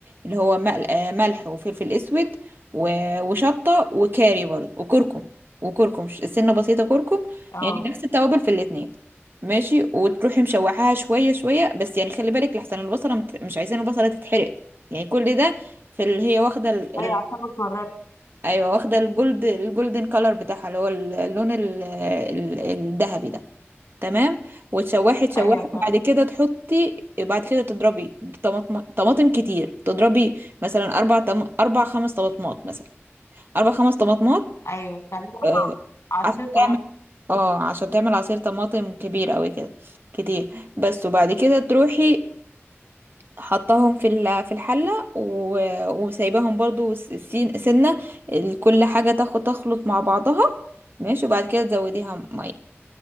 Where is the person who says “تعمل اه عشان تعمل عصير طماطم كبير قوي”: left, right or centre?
Right